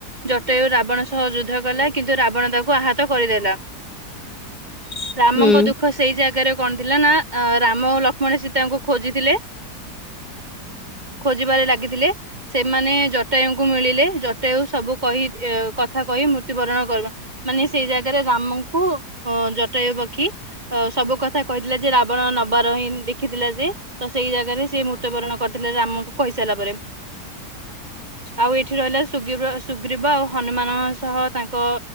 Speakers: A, on the right; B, on the left.
A: ଜଟାୟୁ ରାବଣ ସହ ଯୁଦ୍ଧ କଲା କିନ୍ତୁ ରାବଣ ତାକୁ ଆହାତ କରିଦେଲା।
B: <inaudible>
A: ରାମଙ୍କ
B: ହୁଁ
A: ଦୁଃଖ ସେଇ ଜାଗାରେ କଣ ଥିଲା ନା ଅ ରାମ ଲକ୍ଷ୍ମଣ ସୀତାଙ୍କୁ ଖୋଜିଥିଲେ।
B: <inaudible>
A: ଖୋଜିବାରେ ଲାଗିଥିଲେ। ସେମାନେ ଜଟାୟୁଙ୍କୁ ମିଳିଲେ ଜଟାୟୁ ସବୁ କହି କଥା କହି ମୃତ୍ୟୁବରଣ କର ମାନେ ସେଇ ଜାଗାରେ ରାମଙ୍କୁ ଅ ଜଟାୟୁ ପକ୍ଷୀ ସବୁ କଥା କହିଥିଲା ଯେ ରାବଣ ନବାର ହିଁ ଦେଖିଥିଲା ସେ। ତ ସେଇ ଜାଗାରେ ସେ ମୃତ୍ୟୁବରଣ କରିଥିଲେ ରାମଙ୍କୁ କହିସାରିଲା ପରେ।
B: <inaudible>
A: ଆଉ ଏଠି ରହିଲା ସୁର୍ଗୀବ ସୁଗ୍ରୀବ ଆଉ ହନୁମାନଙ୍କ ସହ ତାଙ୍କ